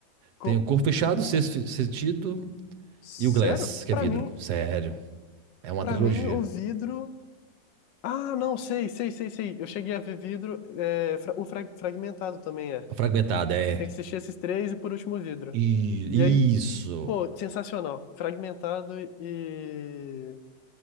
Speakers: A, on the left; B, on the right.
A: Co-
B: Tem o Corpo Fechado, Sexto Sentido
A: Sério?
B: e o Glass, que
A: Pra
B: é vidro.
A: mim,
B: Sério. É uma
A: pra
B: trilogia.
A: mim, o vidro. Ah, não, sei, sei, sei, sei. Eu cheguei a ver vidro. é, fra- o fra- fragmentado também é.
B: Fragmentada, é.
A: Você tem que assistir esses três e por último o vidro.
B: E,
A: E aí,
B: isso.
A: pô, sensacional. Fragmentado e